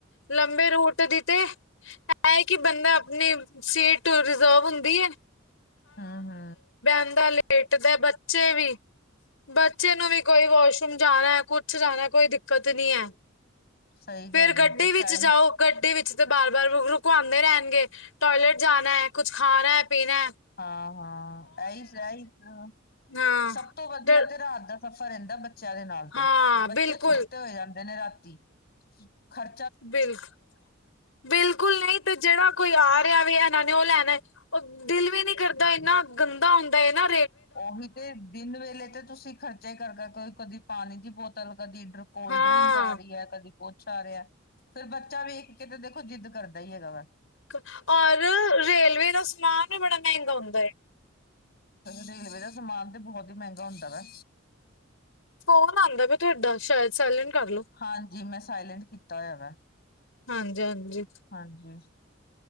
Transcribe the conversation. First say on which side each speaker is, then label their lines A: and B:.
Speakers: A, on the left; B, on the left.
A: ਲੰਬੇ ਰੂਟ ਦੀ ਤੇੇ ਐ ਏ ਕਿ, ਬੰਦਾ ਆਪਣੀ ਸੀਟ ਰਿਜ਼ਰਵ ਹੁੰਦੀ ਏ।
B: ਹੂ ਹੂ
A: ਬੰਦਾ ਲੇਟਦਾ, ਬੱਚੇ ਵੀ ਬੱਚੇ ਨੂੰ ਵੀ ਕੋਈ ਵਾਸ਼ਰੂਮ ਜਾਣਾ, ਕੁਛ ਜਾਣਾ ਕੋਈ ਦਿੱਕਤ ਨੀ ਐ।
B: ਸਹੀ
A: ਫਿਰ
B: ਗੱਲ
A: ਗੱਡੀ
B: ਬਸ
A: ਵਿੱਚ
B: ਆਹੀ
A: ਜਾਓ। ਗੱਡੀ ਵਿੱਚ ਤੇ ਬਾਰ-ਬਾਰ ਰੁ ਰੁਕਵਾੰਦੇ ਰੈਨਗੇ, ਟੋਇਲੇਟ ਜਾਣੈ, ਕੁਛ ਖਾਣੈ-ਪੀਣੈ।
B: ਹਾਂ-ਹਾਂ, ਐਹੀ ਸ ਐਈ ਕ
A: ਹਾਂ
B: ਸਭ ਤੋਂ ਵਧੀਆ
A: ਜ
B: ਤੇ ਰਾਤ ਦਾ ਸਫ਼ਰ ਰੈੰਦੈ ਬੱਚਿਆਂ ਦੇ ਨਾਲ ਤੇ,
A: ਹਾਂ
B: ਬੱਚੇ
A: ਬਿਲਕੁਲ
B: ਸੁੱਤੇ ਹੋਏ ਜਾਂਦੇ ਨੇ ਰਾਤੀ। ਖਰ
A: ਬਿਲਕ ਬਿਲਕੁਲ ਨਈਂ ਤੇ ਜੇੜਾ ਕੋਈ ਆ ਰ ਰੇਯਾ ਵੇ ਏਨਾਂ ਨੇ ਓ ਲੈਣਾ, ਓ ਦਿਲ ਵੀ ਨੀ ਕਰਦਾ ਏਨਾ ਗੰਦਾ ਹੁੰਦਾ ਏਨਾ
B: ਓਹੀ ਤੇ ਦਿਨ ਵੇਲੇ ਤੇ ਤੁਸੀਂ ਖਰਚੇ ਕਰ-ਕਰ ਕੋਈ ਕਦੀ ਪਾਣੀ ਦੀ ਬੋਤ ਤਲ ਕਦੀ ਇਡਰ ਕੋਲਡ
A: ਹਾਂ
B: ਡਰਿੰਕ ਆ ਰੀ ਐ, ਕਦੀ ਕੌਛ ਆ ਰੇਯਾ, ਫੇਰ ਬੱਚਾ ਵੇਖ ਕੇ ਤੇ ਜਿੱਦ ਕਰਦਾ ਹੀ ਹੈਗੈ ਵਾ।
A: ਕ ਔਰ ਰੇਲਵੇ ਦਾ ਸਮਾਨ ਵੀ ਬੜਾ ਮਹਿੰਗਾ ਹੁੰਦਾ ਹੈ
B: ਰੇਲਵੇ ਦਾ ਸਮਾਨ ਤੇ ਬਹੋਤ ਈ ਮੈੰਗਾ ਹੁੰਦਾ ਵੈ।
A: ਫੋਨ ਆਂਦਾ ਪੈਯਾ ਥੋਡਾ ਸ਼ਾਏਦ ਸਾਇਲੈਂਟ ਕਰ ਲੋ।
B: ਹਾਂਜੀ, ਮੈਂ ਸਾਇਲੈਂਟ ਕੀਤਾ ਹੋਯਾ ਵਾ।
A: ਹਾਂਜੀ-ਹਾਂਜੀ।
B: ਹਾਂਜੀ।